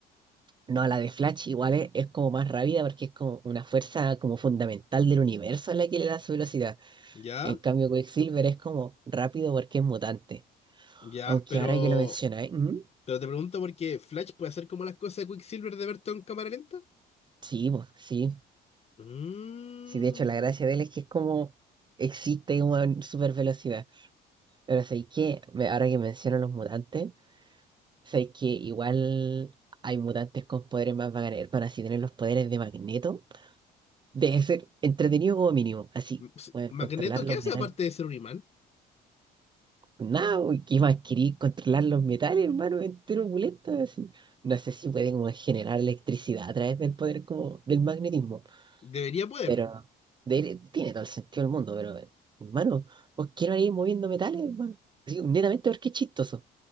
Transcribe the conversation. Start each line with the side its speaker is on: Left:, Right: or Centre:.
Right: No, la de Flash igual es, es como más rápida porque es como una fuerza como fundamental del universo la que le da su velocidad.
Left: ¿Ya?
Right: En cambio, Quicksilver es como rápido porque es mutante.
Left: Ya,
Right: Aunque
Left: pero
Right: ahora que lo mencionáis, mm,
Left: Pero te pregunto porque Flash puede hacer como las cosas de Quicksilver de Berton en cámara lenta.
Right: Sí, po, sí.
Left: Mm.
Right: Sí, de hecho, la gracia de él es que es como existe una super velocidad. Pero sé que ahora que menciono los mutantes. Sabéis que igual hay mutantes con poderes más bacanes. para así tener los poderes de Magneto debe ser entretenido como mínimo. Así,
Left: S-
Right: poder
Left: Magneto,
Right: controlar los
Left: ¿qué hace
Right: metales.
Left: aparte de ser un imán?
Right: Nada, uy, ¿qué más querí? Controlar los metales, hermano, entero opulento, así. No sé si pueden como generar electricidad a través del poder como del magnetismo,
Left: Debería poder.
Right: pero de- tiene todo el sentido del mundo, pero hermano, vos quiero ir moviendo metales, hermano. Así, netamente porque es chistoso.